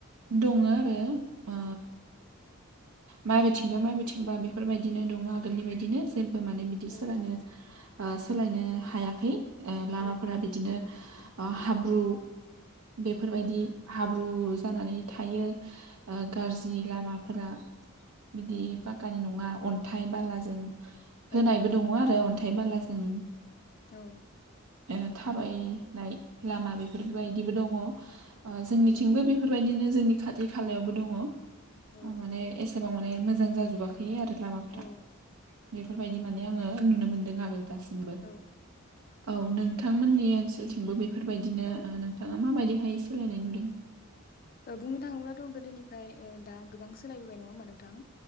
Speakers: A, on the right; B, on the left.
A: दङ आरो ओ मा बेथिंबा
B: औ
A: मा बेथिंबा बेफोरबायदिनो दङ आगोलनि बायदिनो जेबो माने बिदि
B: औ
A: सोलायनो ओ सोलायनो हायाखै ओ लामाफोरा
B: औ औ
A: बिदिनो ओ हाब्रु बेफोरबायदि हा- ब्रु‌ जानानै थायो गाज्रि लामाफोरा बिदि पाक्कानि नङा अन्थाइ बालाजों
B: औ
A: होनायबो दङ आरो अन्थाइ बाला जों
B: औ
A: ओ थाबायनाय लामा बेफोरबायदिबो दङ ओ जोंनिथिंबो
B: नंगौ
A: बेफोरबायदिनो जोंनि खाथि खालायावबो दङ'
B: औ
A: माने एसे गोबां माने मोजां जाजोबाखै आरो लामाफ्रा
B: औ
A: बेफोरबायदि माने आङो नुनो मोनदों आरो दासिमबो।
B: औ
A: औ नोंथांमोननि ओनसोलथिंबो बे बेफोरबायदिनो
B: औ
A: नोंथाङा माबायदिहाय सोलायनाय नुदों?
B: बुंनो थाङोब्लाथ' गोदोनिफ्राय दा गोबां सोलायबोबाय नङा होमबा नोंथां